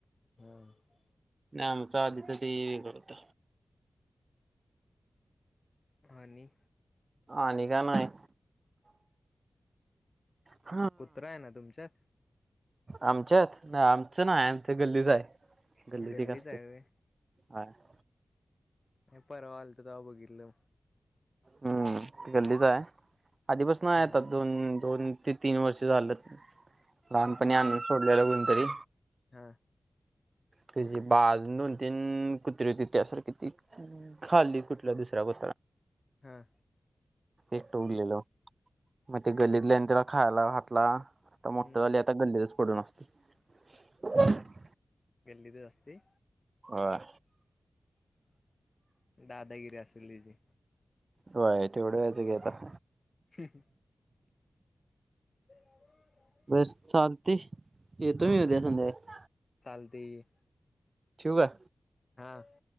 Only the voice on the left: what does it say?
<inaudible>
आणि
कुत्रा आहे ना तुमच्यात
गल्लीच
आहे व्हय
मी परवा आलतो तवा बघितल.
हा
हम्म
हा.
हां..
हम्म
गल्लीतच असते?
दादागिरी असेल त्याची?
<inaudible> <inaudible>
चालतेये.
हां.